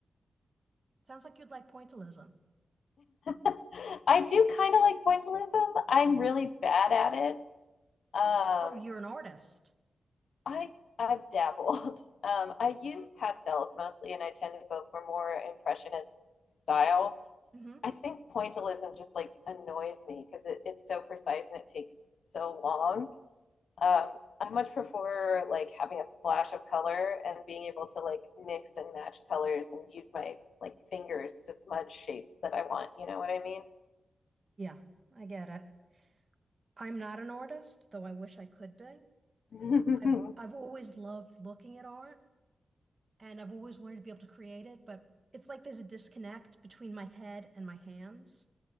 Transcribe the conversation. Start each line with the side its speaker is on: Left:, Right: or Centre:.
Right: Sounds like you'd like pointillism.
Left: <laughs> I do kind of like pointillism. I'm really bad at it. Um,
Right: Oh, you're an artist.
Left: I I've dabbled. <laughs> Um, I use pastels mostly, and I tend to go for more impressionist style.
Right: hmm
Left: I think pointillism just like annoys me because it, it's so precise and it takes so long. Um, I much prefer like having a splash of color and being able to like mix and match colors and use my like fingers to smudge shapes that I want. You know what I mean?
Right: Yeah, I get it. I'm not an artist, though I wish I could be.
Left: <laughs>
Right: I've I've always loved looking at art and I've always wanted to be able to create it, but it's like there's a disconnect between my head and my hands.